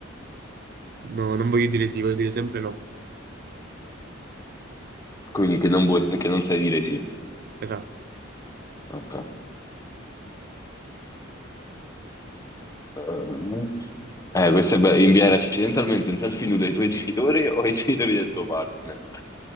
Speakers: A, on the right; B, on the left.
A: No, non voglio dire sì, voglio dire sempre no.
B: Quindi che non, vuoi- che non sai dire sì.
A: Esatto.
B: Ok. Eh, eh, questo è bello. Inviare accidentalmente un selfie nudo ai tuoi <laughs> genitori o ai genitori del tuo partner.